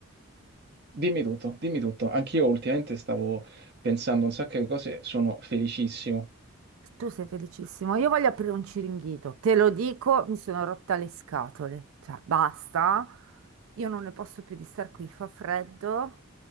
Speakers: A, on the right (about 45°); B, on the right (about 70°).
A: Dimmi tutto, dimmi tutto. Anch'io ultimamente stavo pensando a un sacco di cose, sono felicissimo.
B: Tu sei felicissimo, io voglio aprire un ciringhito, te lo dico, mi sono rotta le scatole, cioè basta, io non ne posso più di star qui, fa freddo.